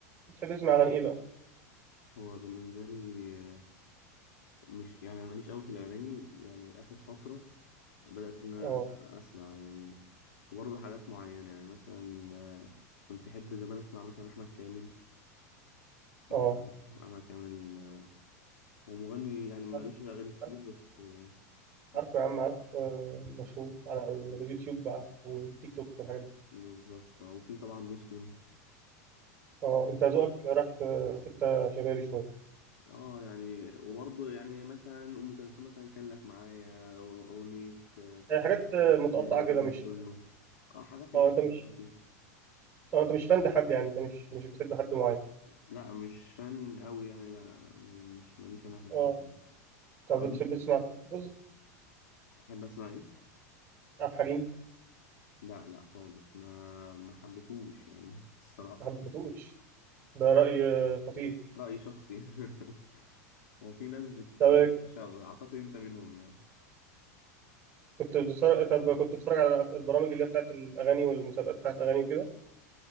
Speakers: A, on the right (about 20°); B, on the left (about 75°).
A: بتحب تسمع اغاني ايه بقى
B: هو بالنسبة لي آه، مش يعني أنا ماليش أوي في الأغاني يعني آخر فترة بدأت إن أنا
A: اه
B: أسمع يعني برضه حاجات معينة يعني مثلا آه، كنت أحب زمان أسمع مثلا أحمد كامل لو
A: اه
B: تعرف أحمد كامل آه، هو مغني يعني مالوش
A: عارف
B: أغاني كتير
A: عارف
B: بس آه، بس
A: عارف يا عم عارف آه، مشهور على
B: مم،
A: اليوتيوب بقى والتيك توك والحاجات دي
B: بالظبط آه، وفي طبعا مسلم
A: اه انت ذوقك راح في حته شبابي شويه
B: اه يعني وبرضه يعني مثلا أم كلثوم مثلا كان لك معايا أو- أغنية آه،
A: آه، حاجات آه، متقطعه
B: العمر
A: كده مش
B: كله اه حاجات اللي
A: اه
B: هي
A: انت مش
B: بسيطة
A: اه انت مش فان لحد يعني انت مش مش بتحب حد معين
B: لا مش فن قوي يعني لا لا لا م- مش ماليش انا في الحته
A: اه
B: دي
A: طب
B: طب
A: بتحب
B: انت
A: تسمع فيلم بوز
B: بتحب اسمع ايه
A: عبد الحليم
B: لا لا خالص ما ما حبيتهوش يعني <laughs> الصراحه
A: ما حبيتهوش ده رأي آه، خطير
B: راي شخصي <laughs> هو في ناس بت
A: طب
B: شا- اعتقد انت منهم يعني
A: كنت بتتفرج طب كنت بتتفرج على البرامج اللي هي بتاعت الاغاني والمسابقات بتاعت الاغاني وكده